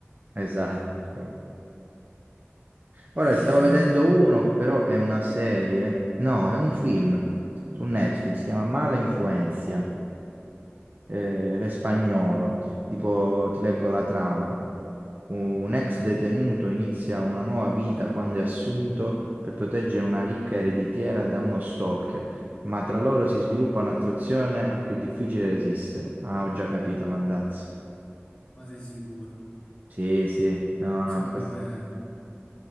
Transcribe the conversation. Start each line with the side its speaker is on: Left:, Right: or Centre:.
Right: esatto. Ora
Left: Eh,
Right: stavo vedendo uno, però è una serie, no, è un film su Netflix, si chiama Mala Influenza, eh, è spagnolo, tipo ti leggo la trama. Un ex detenuto inizia una nuova vita quando è assunto per proteggere una ricca ereditiera da uno stalker, ma tra loro si sviluppa un'attrazione a cui è difficile resistere. Ah, ho già capito l'andazzo.
Left: Ma sei sicuro?
Right: Sì, sì, no, no,
Left: Secondo
Right: quest-
Left: me